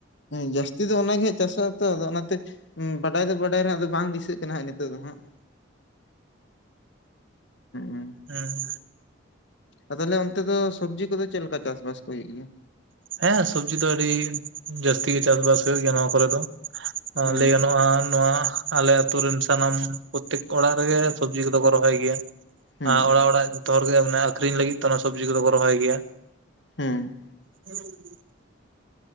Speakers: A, on the left; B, on the right.
A: ᱦᱮᱸ ᱡᱟᱹᱥᱛᱤ ᱫᱚ ᱚᱱᱟᱜᱮ ᱦᱟᱜ ᱪᱟᱥᱚᱜ ᱟᱛᱚ ᱟᱫᱚ ᱚᱱᱟᱛᱮ ᱵᱟᱰᱟᱭ ᱫᱚ ᱵᱟᱰᱟᱭ ᱨᱮᱦᱟ ᱟᱫᱚ ᱵᱟᱝ ᱫᱤᱥᱟᱹᱜ ᱠᱟᱱᱟ ᱱᱤᱛᱚᱜ ᱫᱚ ᱦᱟᱸᱜ᱾ ᱦᱮᱸ
B: ᱦᱮᱸ
A: ᱛᱟᱦᱚᱞᱮ ᱚᱱᱛᱮ ᱫᱚ ᱥᱚᱵᱽᱡᱤ ᱠᱚᱫᱚ ᱪᱮᱫ ᱞᱮᱠᱟ ᱪᱟᱥ ᱵᱟᱥ ᱠᱚ ᱦᱩᱭᱩᱜ ᱜᱮᱭᱟ?
B: ᱦᱮᱸ ᱥᱚᱵᱡᱤ ᱫᱚ ᱟᱹᱰᱤ ᱡᱟᱹᱥᱛᱤ ᱜᱮ ᱪᱟᱥᱵᱟᱥ ᱦᱩᱭᱩᱜ ᱜᱮᱭᱟ ᱱᱚᱣᱟ ᱠᱚᱨᱮ ᱫᱚ᱾
A: ᱦᱩᱸ
B: ᱞᱟᱹᱭ ᱜᱟᱱᱚᱜᱼᱟ ᱱᱚᱣᱟ ᱟᱞᱮ ᱟᱛᱳ ᱨᱮᱱ ᱥᱟᱱᱟᱢ ᱯᱨᱚᱛᱛᱮᱠ ᱚᱲᱟᱜ ᱨᱮᱜᱮ ᱥᱚᱵᱡᱤ ᱠᱚᱫᱚ ᱠᱚ ᱨᱚᱦᱚᱭ ᱜᱮᱭᱟ
A: ᱦᱩᱸ
B: ᱟᱨ ᱚᱲᱟᱜ ᱚᱲᱟᱜ ᱡᱚᱛᱚ ᱦᱚᱲ ᱜᱮ ᱟᱠᱷᱨᱤᱧ ᱞᱟᱹᱜᱤᱫ ᱛᱮ ᱚᱱᱟ ᱥᱚᱵᱡᱤ ᱠᱚᱫᱚ ᱠᱚ ᱨᱚᱦᱚᱭ ᱜᱮᱭᱟ
A: ᱦᱮᱸ
B: ᱦᱮᱸ <inaudible>